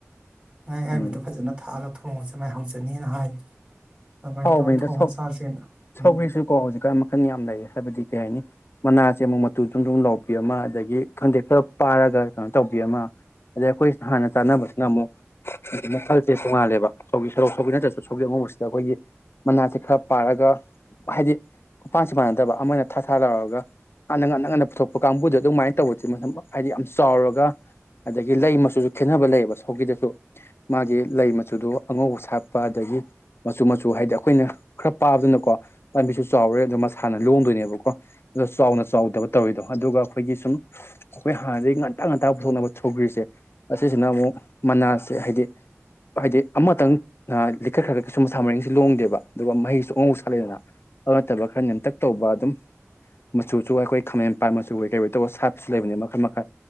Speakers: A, on the right; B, on the left.
A: ꯉꯥ ꯑꯌꯥꯏꯕꯗ
B: ꯎꯝ
A: ꯐꯖꯅ ꯊꯥꯛꯑꯒ ꯊꯣꯡꯉꯁꯦ ꯃꯥꯏꯍꯧꯖꯅꯤꯅ ꯍꯥꯏ ꯑꯗꯨꯃꯥꯏꯅ
B: ꯍꯥꯎꯕꯅꯤꯗ
A: ꯇꯧꯔꯒ ꯊꯣꯡꯉꯣꯡ
B: ꯁꯧ
A: ꯆꯥꯁꯦꯅ
B: ꯁꯧꯒ꯭ꯔꯤꯁꯨ
A: ꯎꯝ
B: ꯀꯣ ꯍꯧꯖꯤꯛꯀꯥꯟ ꯃꯈꯜ ꯌꯥꯝ ꯂꯩ ꯍꯥꯏꯕꯗꯤ ꯀꯩ ꯍꯥꯏꯅꯤ ꯃꯅꯥ ꯑꯃꯨꯛ ꯃꯇꯨ ꯁꯨꯝ ꯑꯗꯨꯨꯝ ꯂꯧꯕꯕꯤ ꯑꯃ ꯑꯗꯒꯤ ꯈꯟꯗꯦꯛ ꯈꯔ ꯄꯥꯔꯒ ꯀꯩꯅꯣ ꯇꯧꯕꯤ ꯑꯃ ꯑꯗꯩ ꯑꯩꯈꯣꯏ ꯍꯥꯟꯅ ꯆꯥꯟꯅꯕꯁꯤꯅ ꯑꯃꯨꯛ ꯍꯥꯏ ꯃꯈꯜꯁꯦ ꯆꯣꯡꯉꯥꯜꯂꯦꯕ ꯁꯒꯤ ꯁꯔꯣꯛ ꯁꯧꯒꯤ ꯅꯠꯇ꯭ꯔꯁꯨ ꯁꯣꯒꯤ ꯑꯃꯨꯛ ꯁꯤꯗ ꯑꯩꯈꯣꯏꯒꯤ ꯃꯅꯥꯁꯦ ꯈꯔ ꯄꯥꯔꯒ ꯍꯥꯏꯗꯤ ꯎꯄꯥꯟꯁꯨ ꯃꯥꯟꯅꯗꯕ ꯑꯃꯅ ꯊꯥ ꯊꯥ ꯂꯧꯔꯛꯒ ꯍꯥꯟꯅ ꯉꯟꯅ ꯉꯟꯅ ꯄꯨꯊꯣꯛꯄ ꯀꯥꯡꯕꯨꯗ ꯑꯗꯨꯃꯥꯏꯅ ꯇꯧꯕꯁꯦ ꯃ ꯍꯥꯏꯗꯤ ꯌꯥꯝ ꯆꯥꯎꯔꯒ ꯑꯗꯒꯤ ꯂꯩ ꯃꯆꯨꯁꯨ ꯈꯦꯠꯅꯕ ꯂꯩꯌꯦꯕ ꯁꯣꯒꯤꯗꯁꯨ ꯃꯥꯒꯤ ꯂꯩ ꯃꯆꯨꯗ ꯑꯉꯧꯕ ꯁꯥꯠꯄ ꯑꯗꯒꯤ ꯃꯆꯨ ꯃꯆꯨ ꯨ ꯍꯥꯏꯗꯤ ꯑꯩꯈꯣꯏꯅ ꯈꯔ ꯄꯥꯕꯗꯅꯀꯣ ꯄꯥꯝꯕꯤꯁꯨ ꯆꯥꯎꯔꯦ ꯑꯣ ꯃꯁꯥꯅ ꯂꯣꯡꯗꯣꯏꯅꯦꯕꯀꯣ ꯑ ꯆꯥꯎ ꯆꯥꯎꯗꯕ ꯇꯧꯔꯤꯗꯣ ꯑꯗꯨꯒ ꯑꯩꯈꯣꯏꯒꯤ ꯁꯨꯝ ꯑꯩꯈꯣꯏ ꯍꯥꯟꯅꯗꯒꯤ ꯉꯟꯇ ꯉꯟꯇ ꯄꯨꯊꯣꯛꯅꯕ ꯁꯧꯒ꯭ꯔꯤꯁꯦ ꯁꯤꯁꯤꯅ ꯑꯃꯨꯛ ꯃꯅꯥꯁꯦ ꯍꯥꯏꯗꯤ ꯍꯥꯏꯗꯤ ꯑꯃꯇꯪ ꯂꯤꯈꯠꯈ꯭ꯔꯒ ꯀꯩꯁꯨꯝ ꯃꯁ ꯃꯔꯤ ꯁꯤ ꯂꯣꯡꯗꯦꯕ ꯑꯗꯨꯒ ꯃꯍꯩꯁꯨ ꯑꯉꯧꯕ ꯁꯥꯠꯂꯦꯗꯅ ꯑꯗꯨ ꯅꯠꯇꯕ ꯈꯔ ꯅꯦꯝꯇꯛ ꯇꯧꯕ ꯑꯗꯨꯝ ꯃꯆꯨꯁꯨ ꯑꯩꯈꯣꯏ ꯈꯥꯃꯦꯟꯄꯥꯠ ꯃꯆꯨꯒꯩ ꯀꯩ ꯀꯩ ꯇꯧꯕ ꯁꯥꯠꯄꯁꯨ ꯂꯩꯕꯅꯦ ꯃꯈꯜ ꯃꯈꯜ